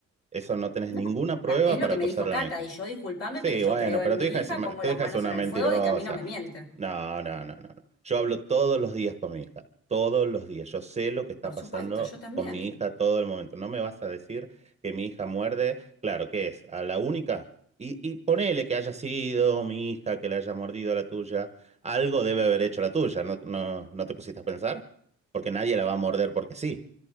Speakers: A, on the right; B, on the left.
A: Eso no tenés
B: No,
A: ninguna prueba
B: Ca- es lo
A: para
B: que
A: acusarla
B: me dijo Cata,
A: a mi hija.
B: y yo discúlpame,
A: Sí,
B: pero yo
A: bueno,
B: creo en
A: pero
B: mi
A: tu hija
B: hija,
A: es, ma-
B: pongo
A: tu
B: las
A: hija
B: manos
A: es una
B: en el
A: mentirosa.
B: fuego de que a mí no me miente.
A: No, no, no, no, no. Yo hablo todos los días con mi hija, todos los días. Yo sé lo que está
B: Por supuesto,
A: pasando
B: yo también.
A: con mi hija todo el momento. No me vas a decir que mi hija muerde, claro, ¿qué es? A la única. Y, y ponele que haya sido mi hija que le haya mordido a la tuya. Algo debe haber hecho la tuya, ¿no, no, no te pusiste a pensar? Porque nadie la va a morder porque sí.